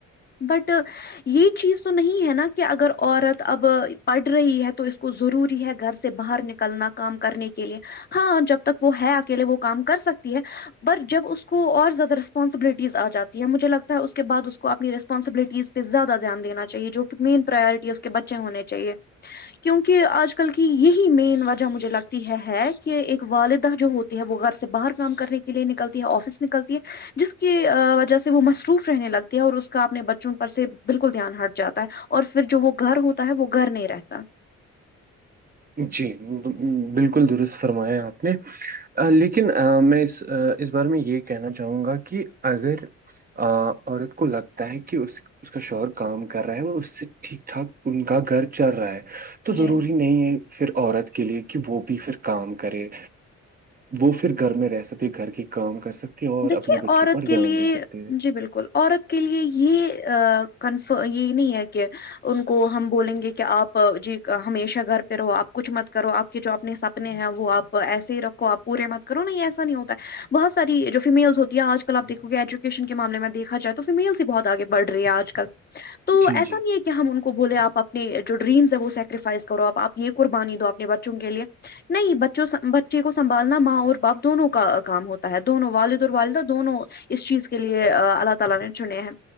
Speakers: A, on the left; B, on the right.
A: بٹ یہ چیز تو نہیں ہے نا کہ اگر عورت اب پڑھ رہی ہے تو اس کو ضروری ہے گھر سے باہر نکلنا کام کرنے کے لیے ہاں جب تک وہ ہے اکیلے وہ کام کر سکتی ہے پر جب اس کو اور زیادہ رسپانسبلٹیز آ جاتی ہے مجھے لگتا ہے اس کے بعد اس کو اپنی رسپانسبلٹیز زیادہ دھیان دین چاہے جو کہ مین پرورٹی اس کے بچے ہونے چاہیے کیونکہ آج کل کی یہی مین وجہ مجھے لگتی ہے کہ ایک والدہ جو ہوتی ہے وہ گھر سے باہر کام کرنے کے لیے نکلتی ہے آفس نکلتی ہے جس کی وجہ سے وہ مصروف رہنے لگتی ہے اور اس کا اپنے بچوں پر سے بالکل دھیان ہٹ جاتا ہے اور پھر جو وہ گھر ہوتا ہے وہ گھر نہیں رہتا
B: جی بالکل درست فرمایا آپ نے لیکن میں اس اس بارے میں یہ کہنا چاہوں گا کہ اگر عورت کو لگتا ہے کہ اس اس کا شوہر کام کر رہا ہے اور اس سے ٹھیک ٹھاک ان کا گھر چل رہا ہے تو ضروری
A: جی
B: نہیں ہے پھر عورت کے لیے کہ وہ بھی پھر کام کرے وہ پھر گھر میں رہ سکتے گھر کے کام کر سکتے اور
A: دیکھیے
B: اپنے بچوں
A: عورت
B: پر
A: کے
B: دھیان
A: لیے
B: دے سکتے ہیں
A: جی بالکل عورت کے لیے یہ کنفر یہ نہیں ہے کہ ان کو ہم بولیں گے کہ آپ جی ہمیشہ گھر پہ رہو آپ کچھ مت کرو آپ کے جو اپنے حاب ہیں وہ آپ ایس ہی رکھو آپ پورے مت کرو نہیں ایسا نہیں ہوتا ہے بہت ساری جو فیمیلس ہوتی ہے آج کل آپ دیکو گے ایجوکیشن کے معامے میں دیکھا جائے تو فیمیلس ہی بہت آگے بڑ رہی ہے آج کل تو
B: جی
A: ایسا
B: جی
A: نہیں ہے کہ ہم ان کو بولے آپ اپنے جو ڈریمس ہیں وہ سیکریفائس کرو آپ یہ قربانی دو اپنے بچوں کے لیے نہیں بچوں بچے کو سنبھالنا ماں اور باپ دونوں کا کام ہوتا ہے دونوں والد والدہ دونوں اس چیز کے لیے اللہ تعالی نے چنے ہیں